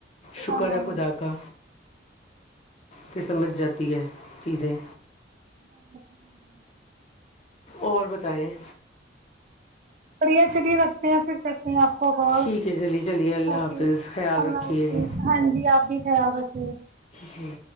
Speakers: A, on the left (about 35°); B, on the right (about 45°).
A: شکر
B: ہاں
A: ہے خدا کا کہ سمجھ جاتی ہے چیزیں
B: ہ
A: اور بتائیں
B: پریا چلیے رکھتے ہیں پھر کر آپ کو کال
A: ٹھیک ہے چلیے چلیے اللہ
B: اک
A: حافظ خیال
B: اللہ
A: رکھیے
B: حافظ ہاں جی آپ بھی خ
A: جی